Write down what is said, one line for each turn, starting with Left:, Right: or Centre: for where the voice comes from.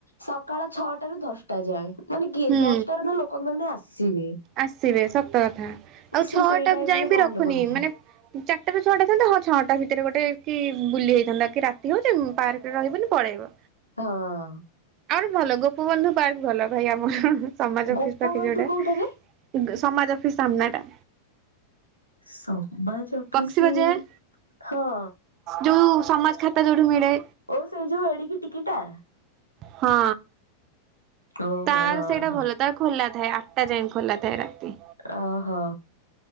Left: ସକାଳ ଛଅଟ ରୁ ଦଶଟା ଯାଏଁ ମାନେ କିଏ
Right: ହୁଁ
Left: ଦଶଟାରେ ତ ଲୋକମାନୋନ ଆସିବେ।
Right: ଆସିବେ ସତ କଥା ଆଉ
Left: ସେ
Right: ଛଅଟା
Left: ସେଇ ଟାଇମ
Right: ଯାଇ
Left: ରେ
Right: ବି
Left: ବନ୍ଦ
Right: ରଖୁନି
Left: କରୁଛି
Right: ମାନେ ଚାରିଟାାରୁୁ ଛଅଟା ଥାନ୍ତା ହଁ ଛଅଟା ଭିତରେ ଗୋଟେ କି ବୁଲି ହେଇଥାନ୍ତା କି ରାତି ହୋଇଚି ପାର୍କ ରେ ରହିବନି ପଳେଇବେ।
Left: ହଁ
Right: ଆଉ ଗୋଟେ ଭଲ ଗୋପବନ୍ଧୁ ପାର୍କ ଭଲ ଭାଇ ଆମର ସମାଜ ଅଫିସ୍
Left: ଗୋପବନ୍ଧୁ
Right: ଟା କୁଆଡେ
Left: କୋଉଟାରେ
Right: ଗ ସମାଜ ଅଫିସ ସାମ୍ନାଟା।
Left: ସମାଜ ଅଫିସ୍
Right: ବକ୍ସି ବଜାର
Left: ହଁ।
Right: ଯୋଉ ସମାଜ ଖାତା ଯୋଉଠୁ ମିଳେ।
Left: ଓ ସେଇ ଯୋଉ ଏଡିକି ଟିକିଟା?
Right: ହଁ
Left: ଓହୋ
Right: ତାର
Left: ହଁ
Right: ସେଇଟା
Left: ହଁ।
Right: ଭଲ ତାର ଖୋଲା ଥାଏ ଆଠଟା ଯାଏ। ଖୁଲା ଥାଏ ରାତି।
Left: ଓହୋ।